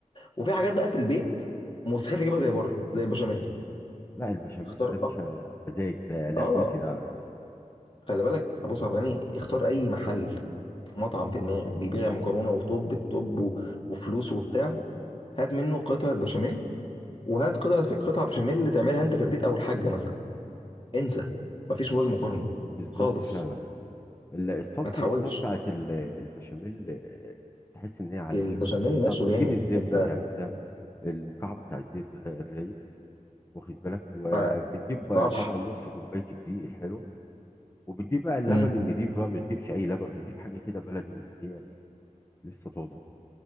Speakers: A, on the left; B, on the left.
A: وفي حاجات بقى في البيت مستحيل تجيبها زي بره زي البشاميل
B: لا البشاميل
A: اختار
B: ده باشا
A: أك...
B: مزاج ده لعبتي
A: اه
B: ده على فكرة
A: خلي بالك ابو صعب غني اختار اي محل مطعم في دماغك بيبيع مكرونه وطب الطب و... وفلوس وبتاع هات منه قطعه بشاميل وهات قطعه في قطعه بشاميل اللي تعملها انت في البيت او الحاجه مثلا انسى مفيش وجه مقارنه
B: بالظبط
A: خالص
B: فعلا ال- الصلصه
A: ما تحاولش
B: نفسها بتاعت ال- البشاميل آه، تحس ان هي عاليه
A: البشاميل
B: شويه انت
A: نفسه
B: بتجيب
A: جامد
B: الزبده
A: انت
B: يعني انت المكعب بتاع الزبده ده الرايق واخد بالك وبتجيب
A: ما-
B: بقى
A: صح
B: طبعا نص كوبايه الدقيق الحلوه وبتجيب بقى اللبن
A: امم
B: النضيف بقى ما بتجيبش اي لبن بتجيب حاجه كده بلدي من اللي هي ايه لسه طازه